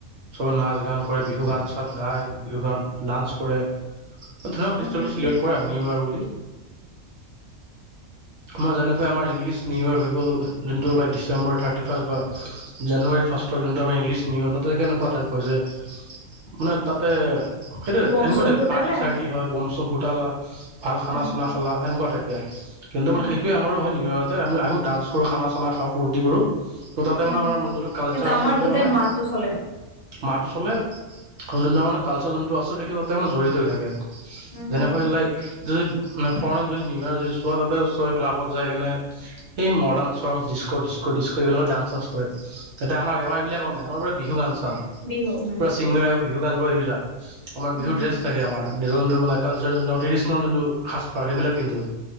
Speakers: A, on the right; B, on the left.
A: চবে নাচ, গান কৰে বিহু গান-চান গায়, বিহু গানত ডান্স কৰে ধৰা
B: উম
A: ফেষ্টিভেলটো চেলিব্ৰেট কৰে আৰু নিউইয়েৰ বুলি আমাৰ যেনেকৈ আমাৰ ইংলিছ নিউইয়েৰ হৈ গ'ল যোনটো ডিচেম্বৰ, থাৰ্টিফাষ্ট বা জানুৱাৰী ফাষ্টৰ যোনটো আমি ইংলিছ নিউইয়েৰ পাতো কেনেকুৱা টাইপৰ যে মানে তাতে সেইটোয়ে,
B: বম
A: সেনেকুৱা
B: চম
A: টাইপে
B: ফুটালে
A: পাৰ্টি-চাৰ্টি হয়', ব'ম-চ'ম ফুটালা ভাল-খানা
B: উম
A: খা লা, সেনেুকুৱা টাইপে কিন্তু,
B: উম
A: মানে সেইটোৱে আমাৰো হয় নিউইয়েৰতে, আমি ডান্স কৰোঁ, খানা-চানা খাওঁ, ফূৰ্তি কৰোঁ ত' তাতে
B: উম
A: মানে আমাৰ যোনটো কালচাৰ
B: কিন্তু
A: আছে,
B: আমাৰ
A: সেইটো
B: গোটেই
A: মানে
B: মাহটো চলে
A: মাহটো চলে আৰু যোনটো আমাৰ কালচাৰ যোনটো আছে সেইটো তাতে মানে জড়িত হৈ থাকে
B: উম হম
A: যেনেকৈ
B: হম
A: লাইক যদি মানে ফৰেনত যদি নিউইয়েৰ যদি চোৱা তাতে চব ক্লাবত যায় কেনে এই মডাৰণ চং ডিচক ডিচক ডিচক এইবোৰত ডান্স ছাঞ্চি কৰে তাতে আমাৰ বিহু গান চান
B: বিহু উম
A: পুৰা চিংগাৰ বিহু গানবোৰ এইবিলাক আমাৰ
B: উম
A: বিহু
B: হম
A: ড্ৰেছ থাকে আমাৰ নিজৰ মানে কালচাৰ যোনটো ট্ৰেডিচনেল যোনটো সাজপাৰ সেইবিলাক পিন্ধো